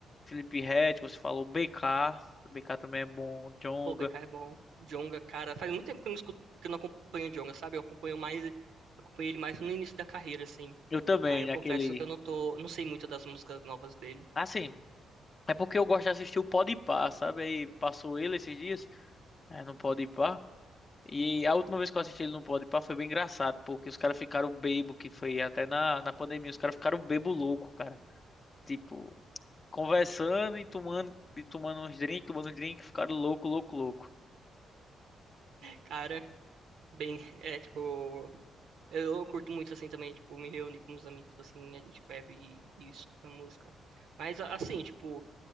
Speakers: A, on the left; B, on the right.
A: Felipe Ret, você falou BK. BK também é bom, Djonga.
B: Pô, o BK é bom. Djonga, cara, faz muito tempo que eu não escuto, que eu não acompanho o Djonga, sabe? Eu acompanho mais, acompanhei ele mais no início da carreira, assim.
A: Eu também,
B: Aí eu
A: naquele.
B: confesso que eu não tô, não sei muito das músicas novas dele.
A: Assim. É porque eu gosto de assistir o Podpah, sabe? Aí passou ele esses dias, é, no Podpah. E a última vez que eu assisti ele no Podpah foi bem engraçado, porque os caras ficaram bebo, que foi até na, na pandemia, os caras ficaram bebo louco, cara. Tipo, conversando e tomando, e tomando uns drinks, tomando uns drinks, ficaram louco, louco, louco.
B: Cara, bem, é tipo, eu curto muito assim também, tipo, me reúno com os amigos assim, a gente bebe e, e escuta música. Mas a- assim, tipo,